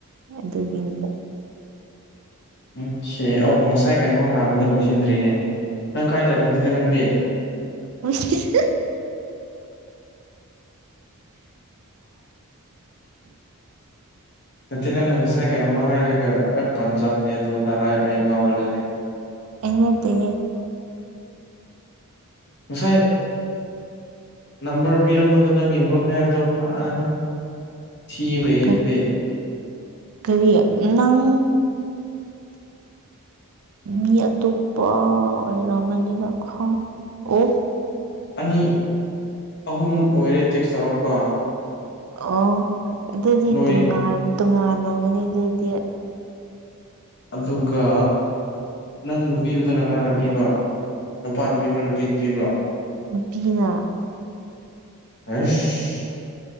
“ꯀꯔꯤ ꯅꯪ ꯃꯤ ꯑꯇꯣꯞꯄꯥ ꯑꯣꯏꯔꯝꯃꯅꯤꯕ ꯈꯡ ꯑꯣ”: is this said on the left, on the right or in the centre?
Right